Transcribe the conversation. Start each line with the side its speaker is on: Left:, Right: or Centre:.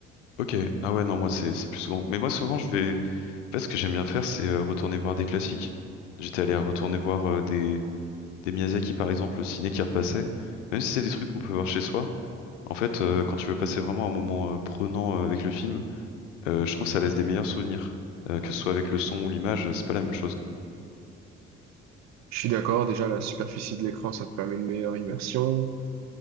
Left: Ok. Ah ouais, non, moi, c'est, c'est plus souvent. Mais moi, souvent, je vais. En fait, ce que j'aime bien faire, c'est euh, retourner voir des classiques. J'étais allé retourner voir euh, des, des Miyazaki, par exemple, au ciné qui repassaient. Même si c'est des trucs qu'on peut voir chez soi. En fait, euh, quand tu veux passer vraiment un moment euh, prenant euh, avec le film, Euh, je trouve que ça laisse des meilleurs souvenirs. Euh, que ce soit avec le son ou l'image, euh, c'est pas la même chose.
Right: Je suis d'accord. Déjà, la superficie de l'écran, ça te permet une meilleure immersion.